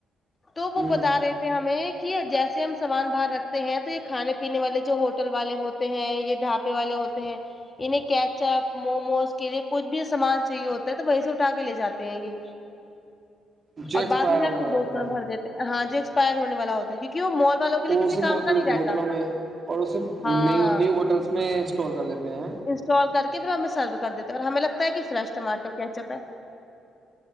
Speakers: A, on the left; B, on the right.
A: تو وہ
B: ہوں
A: بتا رہے تھ ہمیں کہ جیسے ہم سامان باہر رکھتے ہیں تو یہ کھانے پینے والے جو ہو ہوٹل والے ہوتے ہیں یہ ڈھابے والے ہوتے ہیں انہیں کیچ اپ موموز کے لیے کچھ بھی سامان چاہیے ہوتا ہے تو وہیں سے اٹھا کے لے جاتے ہیں یہ
B: جو
A: اور
B: ایکسپائر
A: بعد میں جا
B: ہونے
A: کے
B: والا
A: بہت
B: ہوتا
A: م
B: ہے
A: بھر دیتے ہاں جو ایکسپائر ہونے والا ہوتا کیونکہ وہ مال والوں کے لیے
B: وہ
A: کسی
B: اسے
A: کام
B: بوتل
A: کا نہیں رہتا
B: بوتلوں میں اور اسے ن
A: ہاں
B: نیو ہووٹلس میں اسٹور کر لیتے ہیں
A: چول کر کے پھر ہمیں سرو کر دیتے ہیں اور ہمیں لگتا ہے کہ فریش ٹماٹر کیچپ ہے